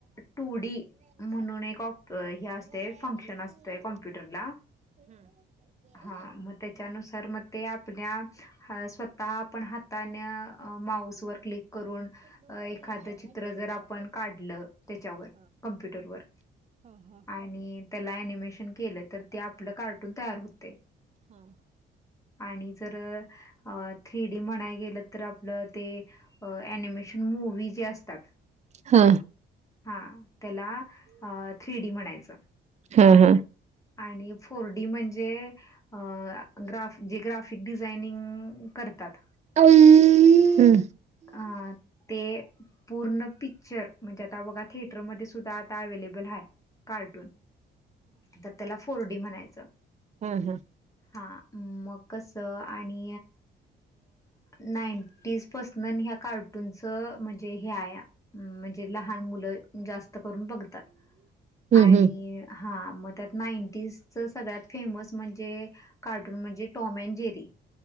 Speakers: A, on the left (about 15°); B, on the right (about 35°).
A: टू डी म्हणून एक हे असतय फक्शन असतय कमप्युटरला हा मग त्या तर म ते आपल्या अ स्वत आपण हा त् आणि माऊसवर क्लिक करून अ एखाद चित्र जर आपण काढलं त्याच्यावर कमप्युटरवर आणि त्याला अनिमेशन केलं तर ते आपलं का तयार होते आणि जर अ थ्री डी म्हणाय गेलं तर आपलं ते अ अनिमेशन मूवी जे असतात
B: हा
A: हा त्याला थ्री डी म्हणायचं
B: हा हा
A: आणि फोर डी म्हणजे अ ग्राफ जे ग्राफिक डिझायनिंग करतात
B: <unintelligible> हम्म
A: अ ते पूर्ण पिक्चर म्हणजे आता बघा थिएटरमध्ये सुद्धा आता अवे्लेबल आहे कार्टून तर त्याला फोर डी म्हणायचं
B: हम हम
A: हा मग कस आणि नाईन पसन ह कार्टून च म्हणजे हे म्हणजे लहान मुलं जास्त करून बघतात
B: हम्म
A: आणि
B: हम्म
A: हा मग त्यात नाईंटीजच सगळ्यात फेमस म्हणजे कार्टून म्हणजे टॉम अँड जेरी